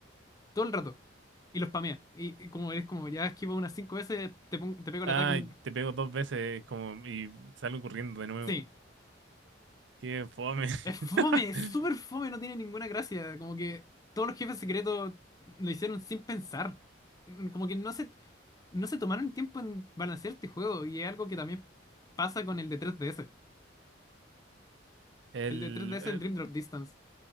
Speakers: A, on the left; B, on the right.
A: todo el rato. Y lo spamea. Y, y como eres como ya esquivo unas cinco veces, te, pon- te pego
B: Ah,
A: el ataque un...
B: te pego dos veces como y salgo corriendo de nuevo.
A: Sí.
B: Qué fome.
A: Es fome,
B: <laughs>
A: es súper fome, no tiene ninguna gracia. Como que todos los jefes secretos lo hicieron sin pensar. Mm, Como que no se, no se tomaron el tiempo en balancear este juego. Y es algo que también pasa con el de 3DS.
B: El,
A: El de tres D es
B: el-
A: el Dream Drop Distance.